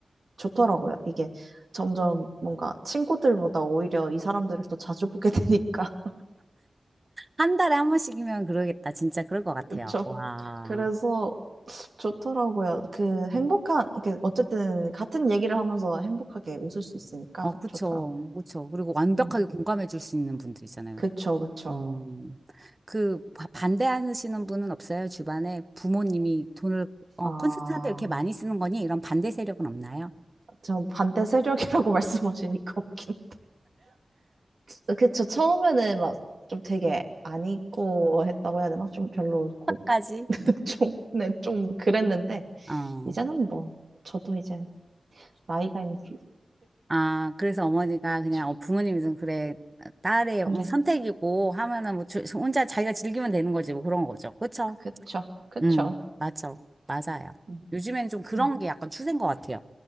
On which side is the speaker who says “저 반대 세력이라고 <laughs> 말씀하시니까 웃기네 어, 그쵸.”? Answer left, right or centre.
Right